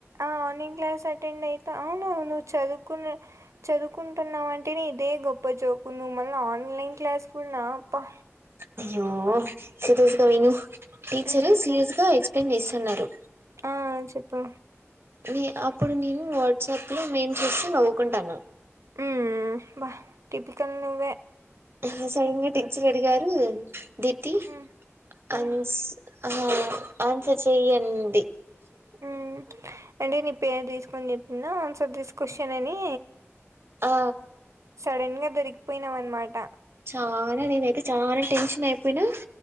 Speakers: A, on the right; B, on the right.
A: ఆ ఆన్లైన్ క్లాస్ అటెండ్ అయి త అవును నువ్వు చదువుకున్న చదువుకుంటున్నావంటేనే ఇదే గొప్ప జోకు నువ్వు మళ్ళీ ఆన్లైన్ క్లాస్ కూడా నా అబ్బా
B: అయ్యో సీరియస్ గా విను టీచరు
A: ఉమ్
B: సీరియస్
A: చె-
B: గా ఎక్ప్లెయిన్ చేసి అన్నారు
A: ఆ చెప్పు
B: నీ అప్పుడు నేను చెప్పల మేము చూసి నవ్ కుంటన్నాం
A: ఉమ్ బా టిపికల్ నువ్వే
B: ఇంగ సడన్ గా టీచర్ అడిగారు దిప్తి
A: ఉమ్ ఉమ్
B: అన్స్ అహ ఆన్సర్ చెయ్యి అనింది
A: అ అంటే నీ పేరు దీసుకొని చెప్పిందా ఆన్సర్ దిస్ క్వశ్చన్ అని
B: ఆ
A: సడన్ గా దొరికి పోయినవ్ అనమాట
B: చాలా నేనైతే చాలా టెన్షన్ అయిపోయినా